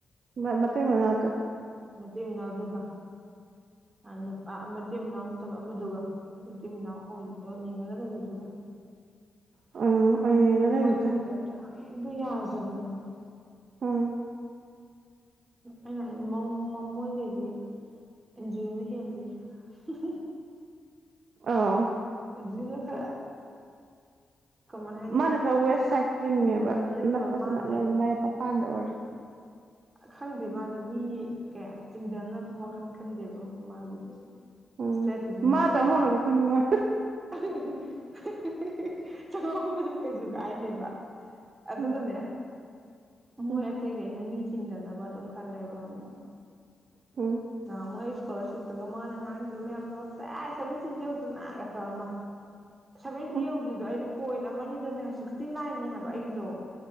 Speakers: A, on the right (about 70°); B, on the right (about 35°).
A: ꯃ ꯃꯇꯩ ꯃꯅꯥꯇ
B: ꯃꯆꯤ ꯃꯅꯥꯎꯗꯨꯒ ꯄꯥ ꯅꯨ ꯑꯥ ꯃꯆꯤ ꯃꯅꯥꯎ ꯅꯠꯇꯕ ꯑꯃꯗꯨꯒ ꯃꯆꯤꯟ ꯃꯅꯥꯎ ꯑꯣꯏꯅꯤꯡꯉꯒ ꯂꯩꯕꯗꯨꯒ
A: ꯎꯝ ꯑꯣꯏꯅꯤꯡꯉꯒ
B: ꯃꯣꯏ
A: ꯂꯩꯕꯗꯣ
B: ꯍꯧꯝꯖ ꯑꯝꯆꯥ ꯑꯗꯨ ꯌꯥꯔꯨꯗꯕꯅ ꯍꯥꯏꯕ
A: ꯎꯝ
B: ꯑꯩꯅ ꯍꯥꯏꯗꯤ ꯃꯧ ꯃ ꯃꯣꯏꯗꯩꯗꯤ ꯑꯦꯟꯖꯨꯅ ꯍꯦꯜꯂꯦꯌꯦ ꯍꯝ ꯑꯝ
A: ꯑꯧ
B: ꯑꯦꯟꯖꯨꯅ ꯈꯔ ꯀꯃꯥꯏ ꯍꯥꯏꯅꯤ
A: ꯃꯥꯅ ꯈꯔ ꯋꯦꯁ ꯁꯥꯏꯠ ꯆꯤꯡꯉꯦꯕ
B: ꯎꯝ ꯅꯠꯇꯕ
A: ꯅꯞꯄꯁꯅ
B: ꯃꯥꯁꯦ
A: ꯉꯡꯃ ꯃꯥꯏ ꯃꯄꯥꯟꯗ ꯑꯣꯏꯔꯁꯨ
B: ꯈꯪꯗꯦ ꯃꯥꯗꯤ ꯃꯤ ꯀꯌꯥ ꯆꯤꯡꯗꯅꯕ ꯋꯥꯈꯜ ꯈꯟꯗꯦꯕ ꯍꯝ ꯃꯥꯒꯤꯗꯤ
A: ꯎꯝ
B: ꯁꯇ꯭ꯔꯦꯠꯇ ꯑꯗꯨꯝ
A: ꯃꯥ
B: ꯂꯩꯑꯦꯑ
A: ꯆꯪꯍꯧꯅꯕ
B: ꯃꯗꯤ
A: ꯈꯟꯕ ꯃꯥ
B: ꯑꯍ ꯑ ꯍ ꯍ ꯏ ꯆꯉꯣ ꯀꯩꯁꯨ ꯀꯥꯏꯗꯦꯕ ꯑꯗꯨꯒꯅꯦ
A: ꯎꯝ
B: ꯃꯣꯏ
A: ꯎꯝ
B: ꯑꯇꯩ ꯒꯩꯅ ꯃꯤ ꯆꯤꯡꯗꯅꯕ ꯑꯗꯨꯝ ꯈꯜꯂꯦꯕ ꯍꯝꯕ
A: ꯎꯝ
B: ꯅꯍꯥꯃꯨꯛ ꯑꯩ ꯏꯀꯣꯂꯔꯁꯤꯞ ꯇ ꯒ ꯃꯅꯥ ꯉ ꯥꯒꯤꯕ ꯃꯌꯥꯝꯗꯣ ꯁꯥꯏ ꯁꯖꯤ ꯆꯗꯤ ꯌꯧꯗꯅꯒ ꯇꯃ ꯁꯚꯦꯟꯇꯤ
A: ꯎꯝ
B: ꯌꯧꯗ꯭ꯔꯤꯗꯣ ꯑꯩꯗꯣ ꯄꯣꯏꯟ ꯑꯃꯅꯤꯅꯗꯅꯦ ꯁꯤꯛꯁꯇꯤ ꯅꯥꯏꯟꯅꯦ ꯍꯥꯏꯕ ꯑꯩꯒꯤꯗꯣ